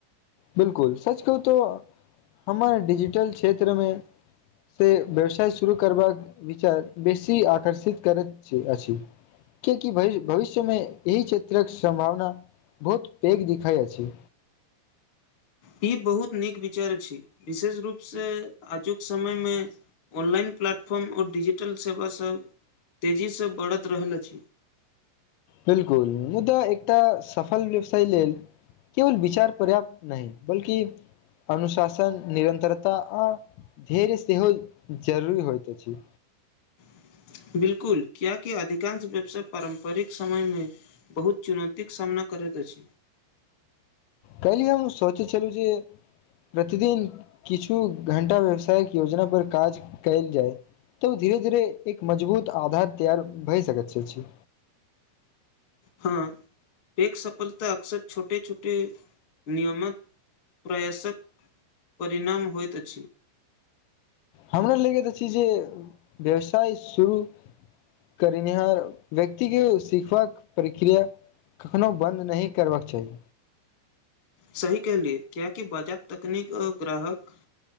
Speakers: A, on the left (about 85°); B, on the left (about 55°).
A: बिलकुल सच कहु त हमर डिजिटल क्षेत्रमे से व्यवसाय शुरू करबाक विचार बेसी आकर्षित करैत छै अछि कियाकि भई भविष्यमे एहि क्षेत्रक सम्भावना बहुत पेग दिखाइ अछि
B: ई बहुत नीक विचार छी विशेष रूप से आजुक समय मे ऑनलाइन प्लाटफॉर्म ओ डजिटल सेवा सब तेजीसँ बढ़त रहल अछि
A: बिलकुल मुदा एकटा सफल व्यवसाय लेल केवल विचार पर्याप्त नहि बल्कि अनुशासन निरन्तरता आ धैर्य सेहो जरूरी होइत अछि
B: <inaudible> बिलकुल क्या कि अधिकांश व्यवसाय पारं्परिक समय मे बहुत चुनौतीके सामना कर करैत अछि
A: कली हम सोचै छलहुँ जे प्रतिदिन किछु घं्टा व्यवसायक योजना पर काज कयल जाय तऽ धीरे धीरे एक मजबूत आधार तैयार भए सकैत छै
B: हँ एक सफलता अक्सर छोटे छोटे नियमक प्रयासक परिणाम होइत अछि
A: हमरा लैके तऽ छै जे व्यवसाय शुरू करनिहार व्यक्ति के सीखबाक प्रक्रिया कखननोहु बन्द नहि करबाक चाही
B: <inaudible> सही कहलियै कियाकी बाजार तकनीक आ ग्राहक